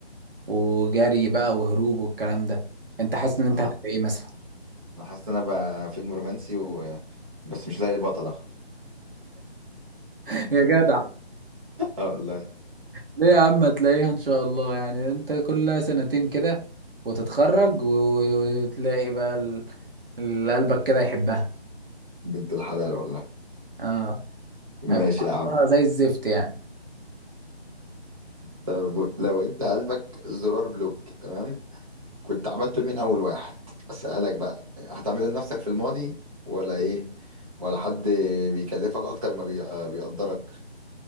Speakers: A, on the right; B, on the right.
A: وجري بقى وهروب والكلام ده انت حاسس ان انت
B: أنا
A: هتبقى ايه مثلا
B: أنا حاسس إن أنا بقى فيلم رومانسي و... بس مش لاقي البطلة
A: <laughs> يا جدع
B: آه والله
A: ليه يا عم هتلاقيها ان شاء الله يعني انت كلها سنتين كده وتتخرج و- وتلاقي بقى ال- اللي قلبك كده يحبها
B: بنت الحلال والله
A: اه
B: ماشي
A: هيبقى
B: يا عم
A: طعمها زي الزفت يعني
B: طب لو أنت قلبك زرار بلوك تمام كنت عملته لمين اول واحد اسالك بقى هتعمله لنفسك في الماضي ولا ايه ولا حد بيكلفك اكتر ما بي- بيقدرك